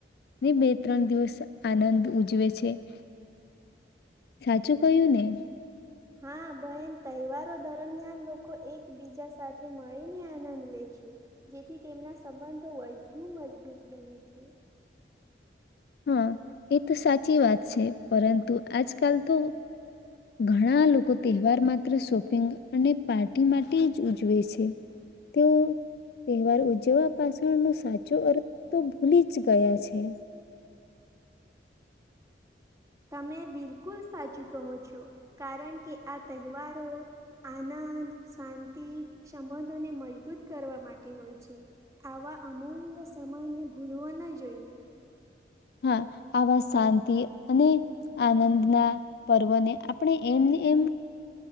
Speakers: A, on the left; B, on the right.
A: બે ત્રણ દિવસ આનંદ ઉજવે છે. છે સાચું કહ્યું ને?
B: હા બહેન તહેવારો દરમિયાન લોકો એકબીજા સાથે મળીને આનંદ લે છે. જેથી તેમના સંબંધો વધુ મજબૂત બને છે.
A: હા એ તો સાચી વાત છે. પરંતુ આજકાલ તો ઘણા લોકો તહેવાર માત્ર શોપિંગ અને પાર્ટી માટે જ ઉજવે છે. તેઓ તહેવાર ઉજવવા પાછળનો સાચો અર્થ તો ભૂલી જ ગયા છે.
B: તમે બિલકુલ સાચું કહો છો. કારણ કે આ તહેવારો આનંદ શાંતિ સંબંધોને મજબૂત કરવા માટે હોય છે આવા અમૂલ્ય સમયને ભૂલવા ના જોઈએ.
A: હા આવા શાંતિ અને આનંદના પર્વને આપણે એમને એમ